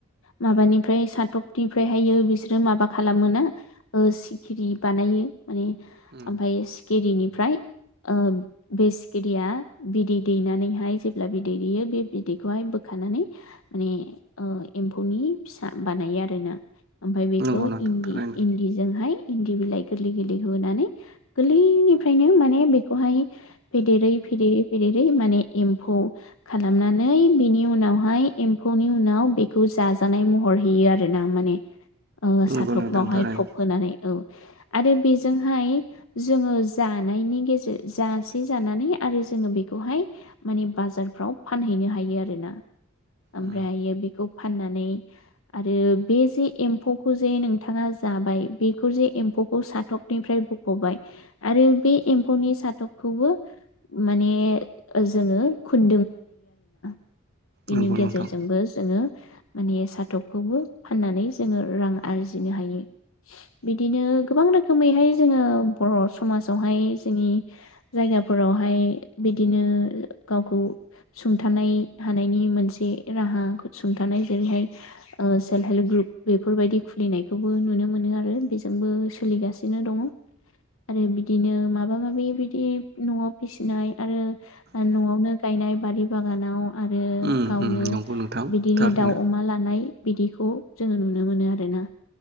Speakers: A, on the left; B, on the right.
A: माबानिफ्राय साथफनिफ्राय हायो बिसो रो माबा खालामो ना ओ सिखिरि बानायो माने
B: उम
A: ओमफ्राय सिखिरिनिफ्राय ओ बे सिखिरिया बिदै दैनानैहाय जेब्ला बिदै दैयो बे बिदैखौहाय बोखां खानानै माने ओ एम्फौनि फिसा बानायो आरोना ओमफ्राय बे
B: नंगौ
A: खौ
B: नोंथां
A: इन्दि
B: थारैनो
A: इन्दिजोंहाय इन्दि बिलाइ गोरलै गोरलै होनानै गोरलैनिफ्रायनो माने बेखौहाय फेदेरै फेदेरै फेदेरै माने एम्फौ खालामनानै बिनि उनावहाय एम्फौनि उनाव बेखौ जाजानाय महर हैयो आर ना माने ओ साथबावहाय
B: नंगौ नोंथां थारैनो
A: थब होनानै औ। आरो बेजोंहाय जोङो जानायनि गेजेर जासे जानानै आरो जोङो बेखौहाय माने बाजारफ्राव फानहैनो हायो आरोना। ओमफ्र
B: उम
A: बेखौ फाननानै आरो बे जे एम्फौ खौ जे नोंथाङा जाबाय बेखौ जे एम्फौखौ साथबनिफ्राय बख'बाय आरो बे एम्फौनि साथबखौबो माने जोङो खु बेनि
B: नंगौ
A: गेजेरजोंबो
B: नोंथां
A: जोङो माने साथबखौबो फाननानै जोङो रां आरजिनो हायो। बिदिनो गोबां रोखोमैहाय जोङो बर' समाजावहाय जोंनि जाय जायगाफोरावहाय बिदिनो गावखौ सुंथानाय हानायनि मोनसे राहा खौ सुंथानाय जेरैहाय सेल्फ हेल्प ग्रुप बेफोरबायदि खुलिनायखौबो नुनो मोनो आरो बेजोंबो सोलिगासिनो दङ आरो बिदिनो माबा माबि बिदि न'आव फिसिनाय आरो न'आवनो गाय गायनाय बारि बागानाव आरो
B: उम
A: गावनो
B: उम नंगौ नोंथां
A: बिदिनो
B: थारैनो
A: दाउ अमा लानाय बिदिखौ जोङो नुनो मोनो आरोना।